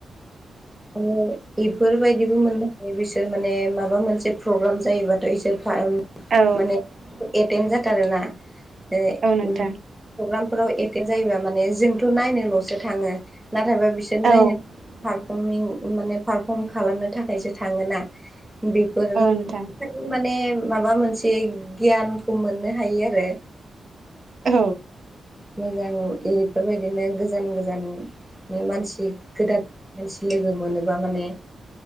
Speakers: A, in the centre; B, on the right.
A: आरो इफोरबायदिबो मोननो हायो। बिसोर बिसोर माने माबा मोनसे प्रग्राम जायोबाथ' इसोर
B: औ
A: माने एटेम जाटारो ना प्रग्रामफोराव
B: औ नोंथां
A: एटे जायोबा माने जोंथ' नायनोल'सो थाङो नाथायबा बिसोर
B: औ
A: नायनो मिं माने पारफर्म खालामनो थाखायसो थाङोना बेफोर
B: औ नोंथां
A: माने माबा मोनसे गियानखौ मोननो हायो आरो।
B: औ
A: मोजां इफोरबायदिनो गोजान गोजान मानसि गोदान मानसि लोगो मोनोबा माने